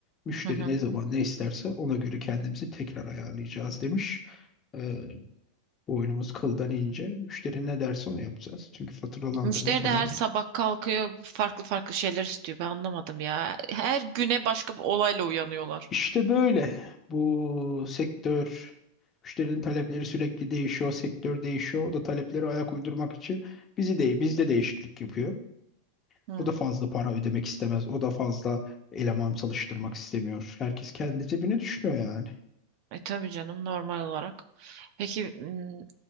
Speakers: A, on the left; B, on the right.
A: Müşteri
B: Hı hı.
A: ne zaman ne isterse ona göre kendimizi tekrar ayarlayacağız demiş. Ee, boynumuz kıldan ince. Müşteri ne derse onu yapacağız. Çünkü faturalandırma
B: Müşteri
A: falan
B: de her sabah
A: gibi.
B: kalkıyor farklı farklı şeyler istiyor. Ben anlamadım ya. Her güne başka bir olayla uyanıyorlar.
A: İşte böyle bu sektör müşterinin talepleri sürekli değişiyor, sektör değişiyor. O da talepleri ayak uydurmak için bizi değil, bizde değişiklik yapıyor.
B: Hmm.
A: O da fazla para ödemek istemez. O da fazla eleman çalıştırmak istemiyor. Herkes kendi cebini düşünüyor yani.
B: E tabii canım normal olarak. Peki m,